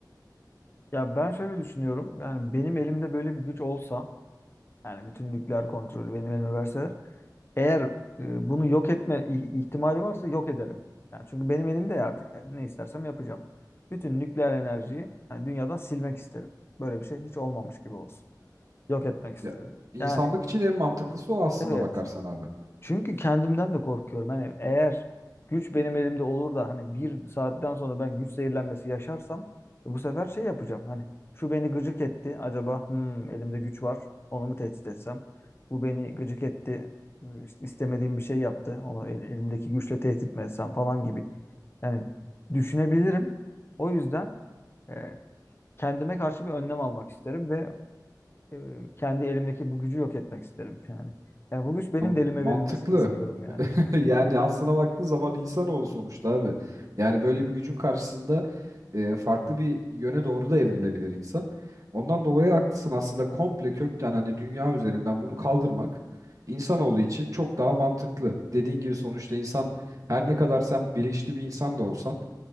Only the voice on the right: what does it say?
Ya, insanlık
için en mantıklısı o aslına
bakarsan abi.
Ama
Mantıklı.
<laughs>
Yani
aslına baktığın zaman insanoğlu sonuçta abi. Yani böyle bir gücün karşısında e, farklı bir yöne doğru da evrilebilir insan. Ondan dolayı haklısın aslında komple kökten hani dünya üzerinden bunu kaldırmak insanoğlu için çok daha mantıklı. Dediğin gibi sonuçta insan her ne kadar sen bilinçli bir insan da olsan